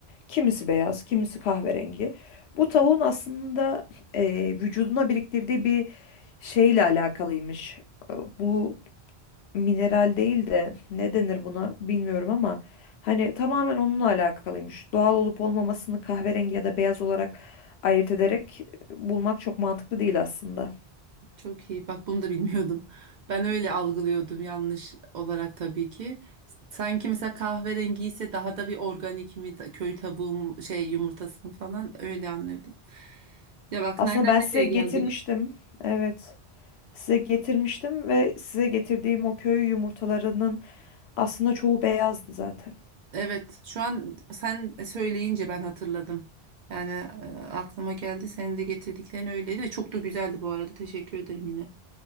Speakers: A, on the left (about 85°); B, on the right (about 55°).
A: kimisi beyaz, kimisi kahverengi. Bu tavuğun aslında e, vücuduna biriktirdiği bir şeyle alakalıymış. E, Bu mineral değil de ne denir buna bilmiyorum ama hani tamamen onunla alakalıymış. Doğal olup olmamasını kahverengi ya da beyaz olarak ayırt ederek bulmak çok mantıklı değil aslında.
B: Çok iyi. Bak bunu da bilmiyordum. Ben öyle algılıyordum yanlış olarak tabii ki. Sanki mesela kahverengi ise daha da bir organik mi da- köy tavuğu mu- şey yumurtasını falan öyle anlıyordum. Ya bak
A: Aslında
B: nereden
A: ben
B: nereye
A: size getirmiştim.
B: geldik.
A: Evet. Size getirmiştim ve size getirdiğim o köy yumurtalarının aslında çoğu beyazdı zaten.
B: Evet, şu an sen söyleyince ben hatırladım. Yani e, aklıma geldi. Senin de getirdiklerin öyleydi ve çok da güzeldi bu arada. Teşekkür ederim yine.